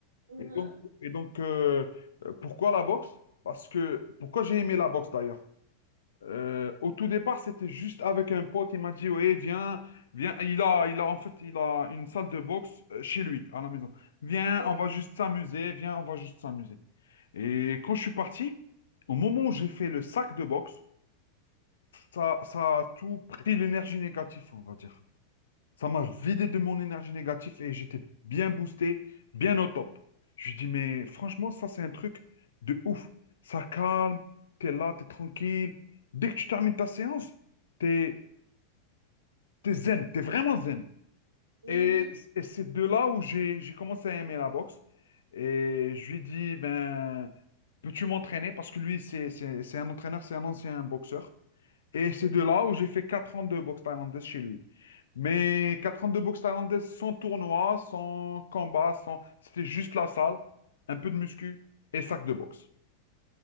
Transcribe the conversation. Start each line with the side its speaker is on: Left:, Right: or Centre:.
Right: Mhm.
Left: Et donc, et donc euh, euh, pourquoi la boxe? Parce que, pourquoi j'ai aimé la boxe d'ailleurs? Euh, au tout départ, c'était juste avec un pote, il m'a dit, ouais, viens, viens, il a, il a, en fait, il a une salle de boxe euh, chez lui, à la maison. Viens,
Right: Ok.
Left: on va juste s'amuser, viens, on va juste s'amuser. Et quand je suis parti, au moment où j'ai fait le sac de boxe, ça, ça a tout pris l'énergie négative, on va dire. Ça m'a vidé de mon énergie négative et j'étais bien boosté, bien au top. Je lui dis, mais franchement, ça, c'est un truc de ouf. Ça calme, t'es là, t'es tranquille. Dès que tu termines ta séance, t'es, t'es zen, t'es vraiment zen.
Right: Mhm.
Left: Et, et c'est de là où j'ai, j'ai commencé à aimer la boxe. Et je lui dis, ben, peux-tu m'entraîner? Parce que lui, c'est, c'est, c'est un entraîneur, c'est un ancien boxeur. Et c'est
Right: Ok.
Left: de là où j'ai fait 4 ans de boxe thaïlandaise chez lui. Mais 4 ans de boxe thaïlandaise sans tournoi, sans combat, sans... c'était juste la salle, un peu de muscu et sac de boxe.